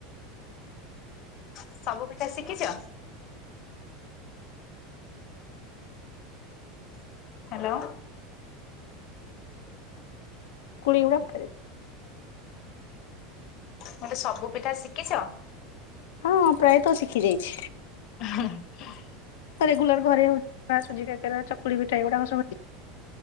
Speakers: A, on the left (about 40°); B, on the left (about 80°).
A: ସବୁ ପିଠା ଶିକିଛ? ହ୍ୟାଲୋ।
B: କୁଡି ଉଡା କେରେ।
A: ମୁଁ କଲି ସବୁ ପିଠା ଶିକିଛ?
B: ହଁ ପ୍ରାୟେତଃ ଶିଖି ଯାଇଛି।
A: ହୁଁ ହୁଁ ହୁଁ।
B: ରେଗୁଲାର୍ ଘରେ ହଉଥିବା ସୁଜି କାକେରା ଚକୁଳି ପିଠା ଏଗୁଡାକ ସବୁ ହେଇଛି।